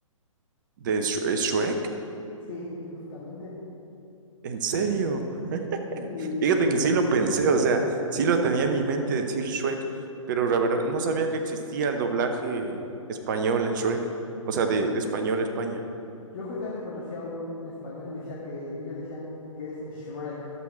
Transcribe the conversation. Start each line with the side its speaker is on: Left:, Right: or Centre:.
Right: de Sh- Shrek.
Left: Sí, <laughs> justamente.
Right: ¿En serio? <laughs>
Left: Sí,
Right: Fíjate que sí lo pensé, o sea, sí lo tenía en mi mente decir Shrek, pero la verdad no sabía que existía el doblaje español en Shrek, o sea,
Left: sí,
Right: de,
Left: ju-
Right: de español a España.
Left: yo justamente conocí a un español y me decía que ellos le decían eh, que es Shrek,